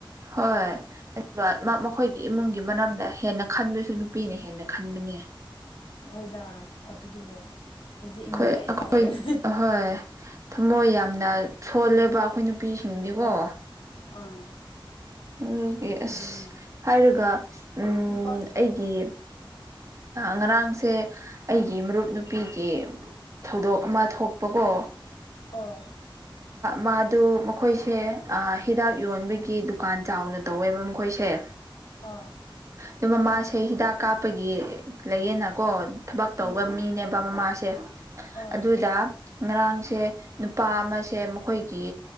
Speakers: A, on the right; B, on the left.
A: ꯍꯣꯏ ꯑꯗꯨꯒ ꯃꯈꯣꯏꯒꯤ ꯏꯃꯨꯡꯒꯤ ꯃꯅꯝꯗ ꯍꯦꯟꯅ ꯈꯟꯕꯁꯨ ꯅꯨꯄꯤꯅ ꯍꯦꯟꯅ ꯈꯟꯕꯅꯦ
B: ꯍꯣꯏꯗ ꯑ ꯑꯗꯨꯗꯤ ꯍꯣꯏ ꯑꯗꯨꯗꯤ ꯏꯃꯨꯡ
A: ꯑꯩꯈꯣꯏ
B: ꯂꯣꯏꯅꯃꯛ
A: ꯑꯩꯈꯣꯏ
B: ꯑꯣꯏꯔꯅꯤ
A: ꯍꯣꯏ ꯊꯝꯃꯣꯏ ꯌꯥꯝꯅ ꯁꯣꯜꯂꯦꯕ ꯑꯩꯈꯣꯏ ꯅꯨꯄꯤꯁꯤꯡꯗꯤꯀꯣ
B: ꯍꯣꯏ ꯑꯥ
A: ꯑꯗꯨ ꯑꯁ
B: ꯑꯗꯨꯅꯤ
A: ꯍꯥꯏꯔꯒ ꯎ
B: ꯅꯨꯄꯥ
A: ꯑꯩꯒꯤ ꯉꯔꯥꯡꯁꯦ ꯑꯩꯒꯤ ꯃꯔꯨꯞ ꯅꯨꯄꯤꯒꯤ ꯊꯧꯗꯣꯛ ꯑꯃ ꯊꯣꯛꯄꯀꯣ
B: ꯑꯣ
A: ꯃꯥꯗꯨ ꯃꯈꯣꯏꯁꯦ ꯍꯤꯗꯥꯛ ꯌꯣꯟꯕꯒꯤ ꯗꯨꯀꯥꯟ ꯆꯥꯎꯅ ꯇꯧꯋꯦꯕ ꯃꯈꯣꯏꯁꯦ
B: ꯑꯣ
A: ꯑꯗꯨ ꯃꯃꯥꯁꯦ ꯍꯤꯗꯥꯛ ꯀꯥꯞꯄꯒꯤ ꯂꯩꯌꯦꯅꯀꯣ ꯊꯕꯛ
B: ꯎꯝ
A: ꯇꯧꯕ
B: ꯎꯝ
A: ꯃꯤꯅꯦꯕ ꯃꯃꯥꯁꯦ
B: ꯑꯣ
A: ꯑꯗꯨꯗ ꯉꯔꯥꯡꯁꯦ ꯅꯨꯄꯥ ꯑꯃꯁꯦ ꯃꯈꯣꯏꯒꯤ